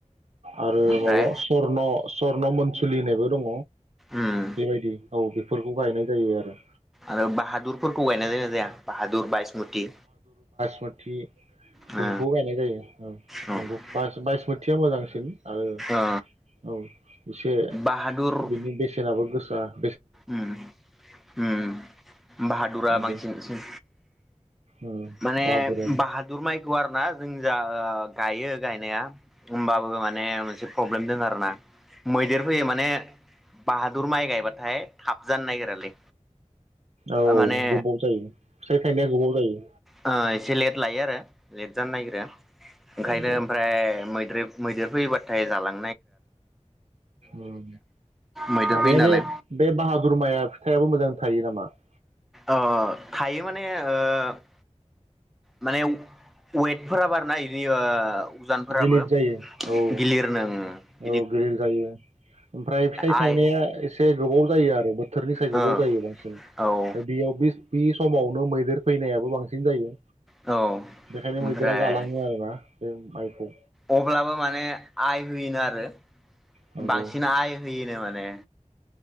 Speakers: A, on the right (about 60°); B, in the centre.
A: आरो
B: ओमफ्राय
A: माबा न स्वर्न मोनसुलि होननायबो दङ
B: उम
A: बेबायदि औ बेफोरखौ गायनाय जायो आरो
B: आरो बाहादुरफोरखौ गायनाय जायोना जाया बाहादुर बायसमुति
A: मुथि
B: ओ
A: बेखौबो गायनाय जायो ओं
B: औ
A: नंगौ बास बायस मुथ थिया मोजांसिन आरो
B: ओ
A: औ एसे
B: बाहादुर
A: बिनि बेसेनाबो गोस दा
B: उम उम बाहादुरा
A: नंगौ
B: बांसिन सिन
A: उम
B: माने
A: बाहादुराबो
B: बाहादुर माइखौ आरो ना जों जा ओ गायो गायनाया होमबाबो माने मोनसे प्रब्लेम दों आरोना मैदेर फैयो माने बाहादुर माइ गायबाथाय थाब जानो नागिरालै
A: औ
B: माने
A: गोबाव जायो फिथाइ थायनाया गोबाव जायो
B: आ एसे लेट लायो आरो लेट जानो नागिरो ओंखायनो
A: नंगौ
B: ओमफ्राय मैद्रोब मैदेर फैयोबाथाय जालां
A: उम
B: मैदेर
A: माने
B: फैयो नालाय
A: बे बे बाहादुर माया फिथायाबो मोजां थायो नामा <inaudible>
B: अ थायो माने ओ माने वेट फोरा बारना इदि ओ उजानफोराबो
A: गिलिर जायो औ
B: गिलिर नोङो
A: औ गिदिर जायो ओमफ्राय फिथाइ
B: आइ
A: थायनाया एसे गोबाव जायो आरो बोथोरनिसाय गोबाव
B: ओ
A: जायो बांसिन ओमफाय
B: ओ औ
A: बेयाव बे समाव आवनो मैदेर फैनायाबो बांसिन जायो
B: औ ओमफ्राय
A: बेखायनो मैदेरा जालाङो आरो ना बे माइखौ
B: अब्लाबो माने आइ होयोनो आरो
A: नंगौ
B: बांसिन आइ होयोनो माने